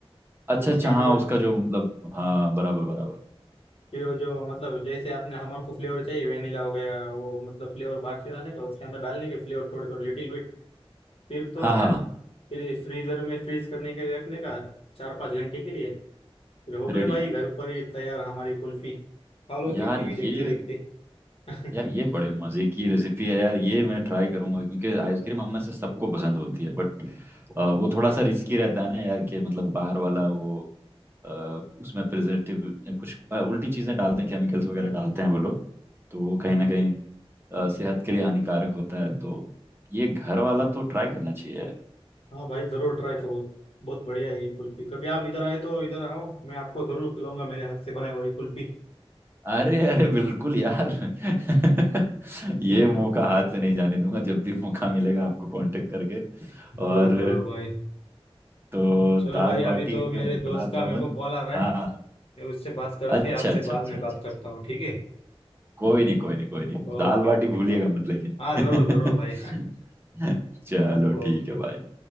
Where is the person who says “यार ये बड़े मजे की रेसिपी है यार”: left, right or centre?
Right